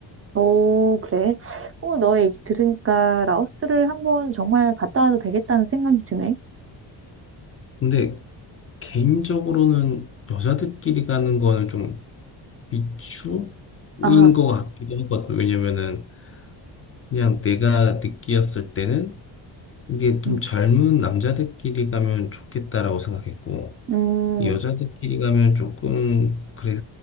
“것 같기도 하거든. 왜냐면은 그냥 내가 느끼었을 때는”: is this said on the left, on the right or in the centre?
Left